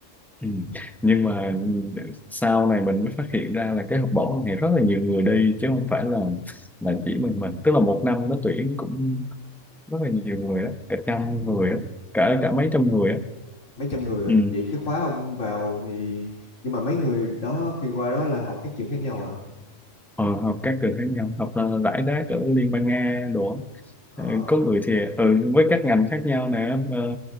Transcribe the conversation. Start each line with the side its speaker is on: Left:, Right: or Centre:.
Centre: Ừ. Nhưng mà sau này mình mới phát hiện ra là cái học bổng này rất là nhiều người đi chứ không phải là là chỉ mình mình tức là một năm nó tuyển cũng rất là nhiều người á cả trăm người á cả
Left: Ờ,
Centre: cả mấy trăm người á
Left: mấy trăm người
Centre: ừ.
Left: à? vậy cái khóa ông vào thì nhưng mà mấy người đó khi qua đó là học các trường khác nhau à?
Centre: ờ, học các trường khác nhau học là rải rác ở Liên bang Nga đồ á.
Left: Ờ,
Centre: Ờ, có người thì ừ, với các ngành khác nhau nè ờ,